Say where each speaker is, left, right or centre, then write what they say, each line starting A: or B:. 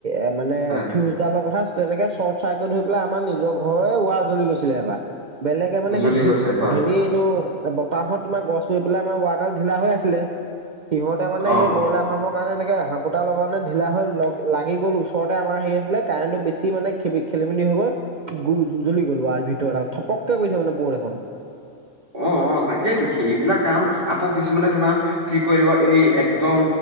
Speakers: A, on the right; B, on the right.
A: এ মানে
B: হয়
A: ফিউজ ডালৰ কথা তেনেকে চৰ্ট চাৰ্কিট হৈ পেলাই আমাৰ নিজৰ ঘৰৰে ৱাৰ জ্লি গৈছিলে এবাৰ। বেলেগে মানে
B: জ্বলি
A: সেই ধে,
B: গৈছে হয়
A: হেৰি এইটো বতাহত তোমাৰ গছ পৰি পেলাই আমাৰ ৱাৰ ডাল ঢিলা হৈ আছিলে, সিহঁতে মানে
B: অ
A: সেই ব্ৰইলাৰ ফামৰ কাৰণে এনেক হাকুাৰ লগানে ঢিলা হৈ লগ লাগি গ'ল ওচৰতে আমাৰ হেৰি আছিলে কাৰেণ্টতো বেছি মানে খে খেলি মেলি হৈ গ'ল গ জ্বলি গ'ল উৱা ভিতৰ ডাল, থপককে গৈছে মানে বৌদ এখন।
B: অ', অ', তাকেইেতো সেইবিলাক কাম আকৌ কিছুমানে তোমাৰ কি কৰিব এই একদম